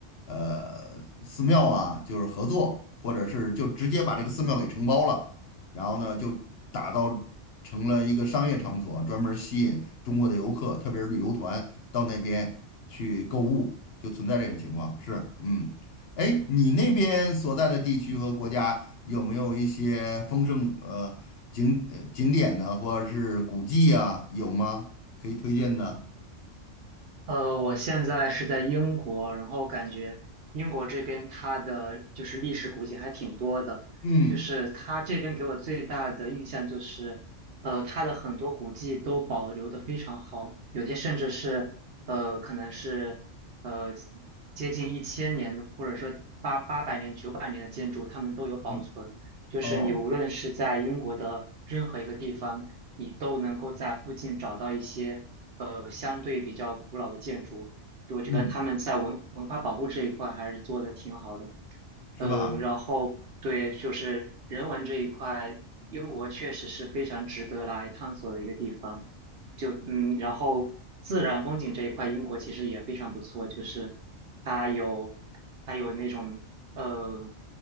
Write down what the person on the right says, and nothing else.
呃，我现在是在英国，然后感觉英国这边它的就是历史古迹还挺多的，
就是它这边给我最大的印象就是，呃，它的很多古迹都保留的非常好，有些甚至是呃，可能是呃接近一千年的，或者说八八百年、九百年的建筑，它们都有保存。
就是你无论是在英国的任何一个地方，
你都能够在附近找到一些。呃相对比较古老的建筑，就我觉得他们在文文化保护这一块还是做的挺好的。
呃，然后对，就是人文这一块，英国确实是非常值得来探索的一个地方。就嗯，然后自然风景这一块，英国其实也非常不错，就是它有它有那种呃，